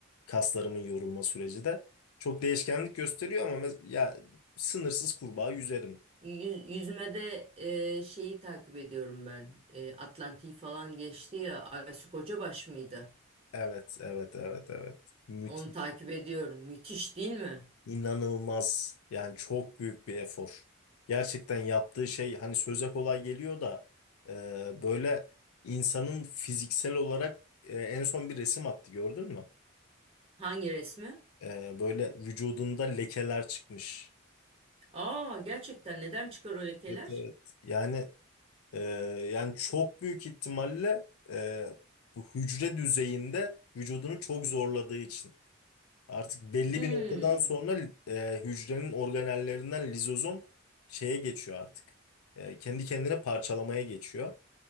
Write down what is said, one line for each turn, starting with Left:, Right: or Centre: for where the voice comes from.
Left: kaslarımın yorulma süreci de çok değişkenlik gösteriyor ama mes- ya sınırsız kurbağa yüzerim.
Right: Yüz- yüzmede eee, şeyi takip ediyorum ben. Eee Atlantik'i falan geçti ya. Aysu Kocabaş mıydı?
Left: Evet, evet, evet, evet. Müthiş.
Right: Onu takip ediyorum. Müthiş değil mi?
Left: İnanılmaz. Yani çok büyük bir efor. Gerçekten yaptığı şey hani söze kolay geliyor da e, böyle insanın fiziksel olarak e, en son bir resim attı gördün mü?
Right: Hangi resmi?
Left: E, böyle vücudunda lekeler çıkmış.
Right: Aa gerçekten neden çıkar o lekeler?
Left: Evet, evet. Yani e, yani çok büyük ihtimalle e, bu hücre düzeyinde vücudunu çok zorladığı için. Artık belli
Right: Hmm.
Left: bir noktadan sonra e, hücrenin organellerinden lizozom şeye geçiyor artık. E, kendi kendine parçalamaya geçiyor.